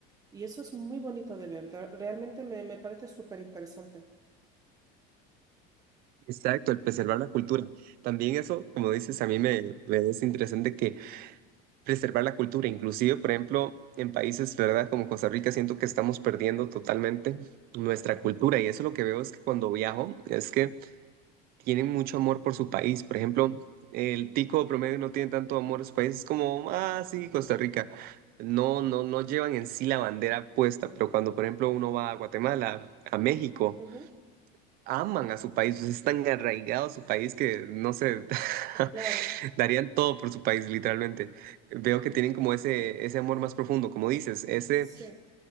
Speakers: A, on the right (about 15°); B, on the right (about 50°).
A: Y eso es muy bonito de ver, de- realmente me, me parece súper interesante.
B: Exacto, el preservar la cultura. También eso, como dices, a mí me, me es interesante que preservar la cultura. Inclusive, por ejemplo, en países, ¿verdad? Como Costa Rica, siento que estamos perdiendo totalmente nuestra cultura. Y eso lo que veo es que cuando viajo, es que tienen mucho amor por su país. Por ejemplo, el tico promedio no tiene tanto amor a su país. Es como, ah, sí, Costa Rica. No, no, no llevan en sí la bandera puesta. Pero cuando, por ejemplo, uno va a Guatemala, a México,
A: Ujú,
B: aman a su país. Es tan arraigado a su país que, no sé, <laughs>
A: Claro,
B: Darían todo por su país, literalmente. Veo que tienen como ese, ese amor más profundo, como dices, ese,
A: sí,